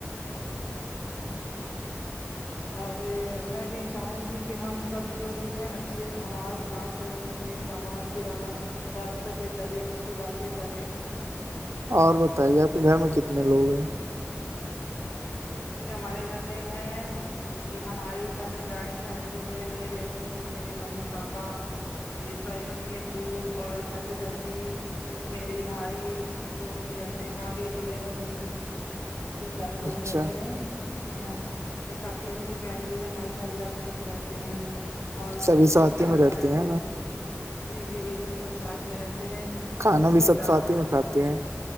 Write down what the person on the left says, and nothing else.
ہ پھر
اور میں بھی چاہوں گی کہ ہم سب جو بھی ہیں اچھے امال کام کریں اچھے ن کمال کرا راستے پہ چلے اچھی باتیں کریں
جی ہمارے گھر میں ہے یہ ہمارے گھر میں جوائنٹ فیملی ہے میں رہتی ہوں میری ممی پاپا یہ ساری امی ابو اور چاچا چاچی میرے بھائی لوگ بھی رہتے ہیں بھابھی بھیا بھتیج اتنے سارے لوگ
رہتے اچ یہ کافی اچھی فیملی ہے ماشاء اللہ اچھے سے رہتے ہیں اور
خوش
مزاج
فیملی
جی جی بالکل سب ساتھ میں رہتے ہیں
خوش
مزاج
ہے